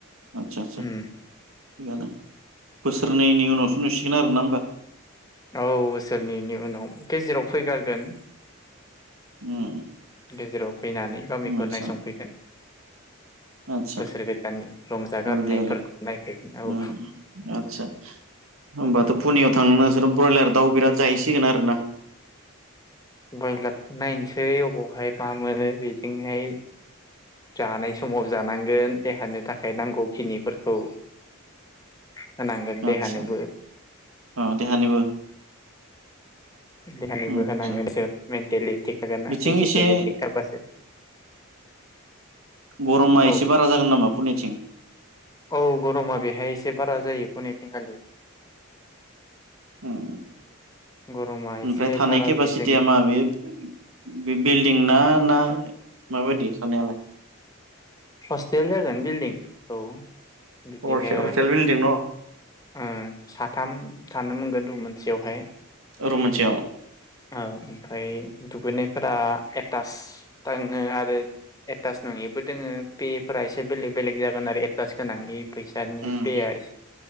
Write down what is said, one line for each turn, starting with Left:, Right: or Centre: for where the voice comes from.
Right: आदसा आचसा
Left: उम
Right: थिगानो। बोसोरनैनि उनावसो नुसिगोन आरोना होमबा।
Left: औ बोसोरनैनि उनाव गेजेराव फैगारगोन।
Right: उम
Left: गेजेराव फैनानै गामिखौ
Right: आदसा
Left: नायसंफैगोन।
Right: आदसा
Left: बोसोर गोदाननि रंजागारनायफोरखौ
Right: बेबायदि आरो
Left: नायफैगोन औ
Right: उम आदसा होनोमबाथ पुनियाव थांनानै नोंसोर ब्रयलार दाउ बिराद जाहैसै। थिगोन आरो ना
Left: ब्रयलारखौ नायनोसै अबावहाय मा मोनो बेजोंहाय जानाय समाव जानांगोन देहानो थाखाय नांगौ खिनिफोरखौ। होनांगोन
Right: आदसा
Left: देहानोबो
Right: अ देहानिबो
Left: देहानोबो
Right: आदसा
Left: होनांगोनसो मेन्टेलि थिग थागोन ना
Right: बिथिं
Left: फिजिकेलि
Right: एसे
Left: थिग थाबासो।
Right: गरमा एसे
Left: औ
Right: बारा जागोन नामा। पुनिथिं
Left: औ गरमा बेहाय एसे बारा जायो फुनिथिंखालि।
Right: उम
Left: गरमा एसे
Right: ओमफ्राय थानाय
Left: बारा
Right: केपासिटिया
Left: जायो जोंनि
Right: माबे बेलड फदिंना ना माबायदि साननायालाय
Left: हस्टेल जागोन बिल्डिं औ बिदिनो
Right: हरसे हस्टेल बिल्डिं न'
Left: ओं साथाम थानो मोनगोन रुममोन सेवहाय
Right: रूम मोनसेआव
Left: औ ओमफ्राय दुगैनायफोरा एटास दोङो आरो एटास नङिबो दोङो बिलफोरा एसे बेलेग बेलेग जागोन आरो एटास गोनांनि फैसानि
Right: उम
Left: पेआ एसे